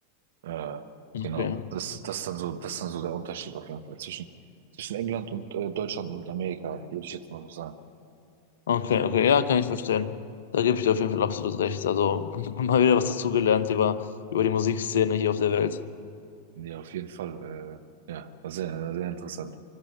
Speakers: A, on the right (about 55°); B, on the left (about 60°).
A: Äh,
B: Okay.
A: genau. Das, das ist dann so, das ist dann so der Unterschied auf jeden Fall zwischen, zwischen England und äh, Deutschland und Amerika, würde ich jetzt mal so sagen.
B: Okay, okay, ja, kann ich verstehen. Da gebe ich dir auf jeden Fall absolut recht. Also <laughs> mal wieder was dazugelernt über, über die Musikszene hier auf der Welt.
A: Ja, auf jeden Fall. Äh, ja, war sehr, sehr interessant.